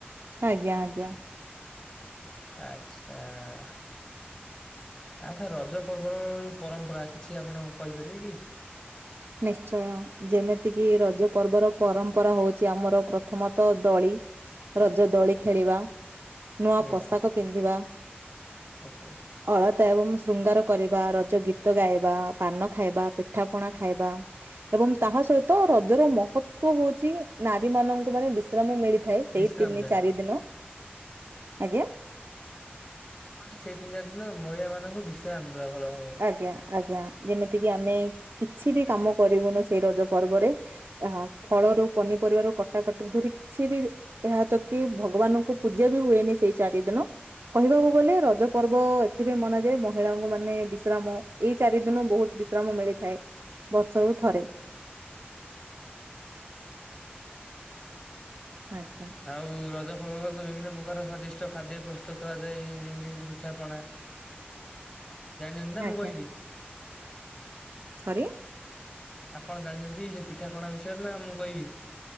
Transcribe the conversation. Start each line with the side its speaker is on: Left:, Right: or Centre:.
Right: ଆଜ୍ଞା, ଆଜ୍ଞା।
Left: ଆଚ୍ଛା। ଆଚ୍ଛା ରଜ ପର୍ବର ପରମ୍ପରା କିଛି ଆପଣ କହିପାରିବେ କି?
Right: ନିଶ୍ଚୟ। ଯେମିତିକି ରଜ ପର୍ବର ପରମ୍ପରା ହଉଛି ଆମର ପ୍ରଥମତଃ ଦୋଳି। ରଜ ଦୋଳି ଖେଳିବା, ନୂଆ
Left: ଆଜ୍ଞା
Right: ପୋଷାକ ପିନ୍ଧିବା।
Left: ଆଚ୍ଛା।
Right: ଅଳତା ଏବଂ ଶୃଙ୍ଗାର କରିବା ରଜ ଗୀତ ଗାଇବା, ପାନ ଖାଇବା, ପିଠାପଣା ଖାଇବା। ଏବଂ ତାହା ସହିତ ରଜର ମହତ୍ତ୍ବ ହଉଛି ନାରୀ ମାନଙ୍କୁ ମାନେ ବିଶ୍ରାମ ମିଳି ଥାଏ, ସେଇ
Left: ବିଶ୍ରାମ
Right: ତିନି
Left: ଦେବା
Right: ଚାରି ଦିନ, ଆଜ୍ଞା।
Left: ମାନେ ସେଇ ତିନ ଚାରି ଦିନ ହେଲା ମହିଳା ମାନଙ୍କୁ ବିଶ୍ରାମ ଦେବା ଭଲ ଭାବରେ।
Right: ଆଜ୍ଞା ଆଜ୍ଞା ଯେମିତିକି ଆମେ କିଛି ବି କାମ କରିବୁନୁ ସେଇ ରଜ ପର୍ବରେ। ହଁ ଫଳ ର ପନିପରିବା ରୁ କଟାକଟି ଧରି କିଛି ବି ଏହା ତ କି ଭଗବାନଙ୍କୁ ପୂଜା ବି ହୁଏନି ସେଇ ଚାରି ଦିନ। କହିବାକୁ ଗଲେ ରଜ ପର୍ବ ଏଥିପାଇଁ ମନାଯାଏ ମହିଳାଙ୍କୁ ମାନେ ବି ବିଶ୍ରାମ ଏଇ ଚାରି ଦିନ ବହୁତ ବିଶ୍ରାମ ମିଳିଥାଏ ବର୍ଷକୁ ଥରେ। ଆଜ୍ଞା।
Left: ଆଉ ରଜ ପର୍ବରେ ତ ବିଭିନ୍ନ ପ୍ରକାର ସ୍ଵାଦିଷ୍ଟ ଖାଦ୍ୟ ପ୍ରସ୍ତୁତ କରାଯାଏ ଯେମିତି କି ପିଠାପଣା।
Right: <unintelligible>
Left: ଜାଣିଚନ୍ତି ନା
Right: ଆଜ୍ଞା
Left: ମୁଁ କହିବି
Right: ସରି
Left: ଆପଣ ଜାଣିଛନ୍ତି ସେ ପିଠାପଣା ବିଷୟରେ ନା ମୁଁ କଇବି